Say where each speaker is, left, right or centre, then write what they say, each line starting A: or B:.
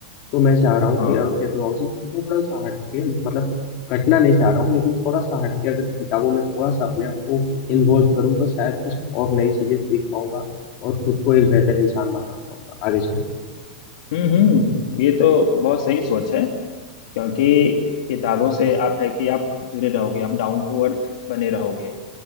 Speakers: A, on the left; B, on the left.
A: तो मैं चाह रहा हूँ
B: हाँ
A: कि अगर टेक्नोलॉजी से थोड़ा सा हट के मतलब कटना नहीं चाह रहा हूँ लेकिन थोड़ा सा हट के अगर किताबों में थोड़ा सा अपने आप को इन्वॉल्व करूँ तो शायद कुछ और नई चीज़ें सीख पाऊंगा और खुद को एक बेहतर इंसान बना पाऊंगा आगे चल के।
B: हम्म हम्म ये तो बहुत सही सोच है क्योंकि किताबों से आप है कि आप जुड़े रहोगे आप डाउन टू अर्थ बने रहोगे